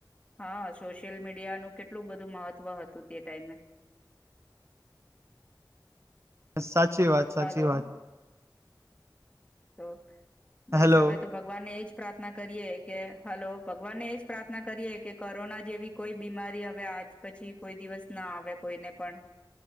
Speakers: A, on the left (about 15°); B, on the right (about 35°).
A: હા સોશિયલ મીડિયાનું કેટલું બધું મહત્ત્વ હતું તે ટાઈમે
B: સાચે સાચી વાત સાચી
A: હલો
B: વાત
A: તો બસ
B: હેલો
A: હવે તો ભગવાનને એજ પ્રાર્થના કરીએ કે હલો ભગવાનને એજ પ્રાર્થના કરીએ કે કોરોના જેવી કોઈ બીમારી હવે આજ પછી કોઈ દિવસ ના આવે કોઈને પણ